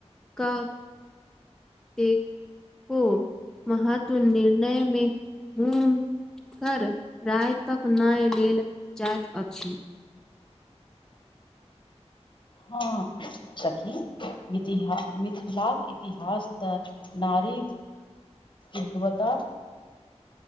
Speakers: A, in the centre; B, on the left.
A: क दे को महत्व निर्णयमे ह कर राय तक नय लेल जाइत अछि
B: हँ सखी मिथि मिथिलाक इतिहास तऽ नारी उद््वता